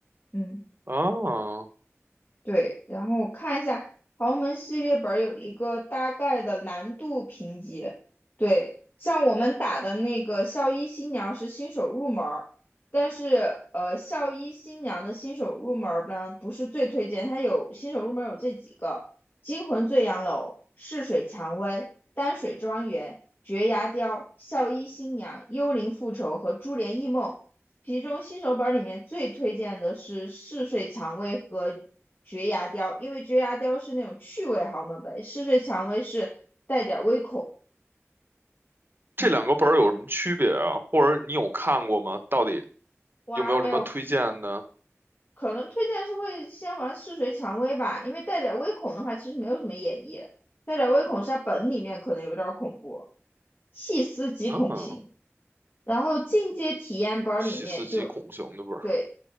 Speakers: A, on the left; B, on the right.
A: 嗯。
B: 啊，
A: 对，然后我看一下豪门系列本儿有一个大概的难度评级。对，像我们打的那个校医新娘是新手入门儿，但是呃，校医新娘的新手入门儿呢不是最推荐，它有新手入门儿有这几个：惊魂醉杨楼、逝水蔷薇、丹水庄园、绝崖雕、校医新娘、幽灵复仇和珠帘异梦。其中新手本儿里面最推荐的是《逝水蔷薇》和绝牙雕，因为绝牙雕是那种趣味豪门本，嗜睡蔷薇是带点微恐。
B: 这两个本儿有什么区别啊？
A: 嗯，
B: 或者你有看过吗？到底
A: 我还没有，
B: 有没有什么推荐的？
A: 可能推荐是会先玩嗜睡蔷薇吧，因为带点微恐的话，其实没有什么演绎，带点微恐是它本里面可能有点恐怖，细思极恐型。
B: 嗯，
A: 然后进阶体验本里面就
B: 细思极恐型的本儿。
A: 对，